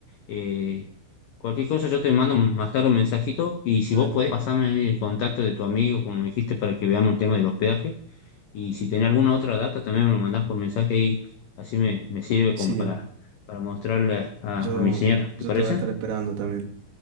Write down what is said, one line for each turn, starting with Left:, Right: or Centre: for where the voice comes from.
Left: eh, cualquier cosa yo te mando más tarde un mensajito y si
Right: Dale.
Left: vos podés pasarme el contacto de tu amigo, como me dijiste, para que veamos el tema del hospedaje y si tenés alguna otra data, también me lo mandás por mensaje y así me, me sirve
Right: Sí,
Left: como para, para mostrarle a,
Right: yo,
Left: a mi señora. ¿Te
Right: yo
Left: parece?
Right: te voy a estar esperando también.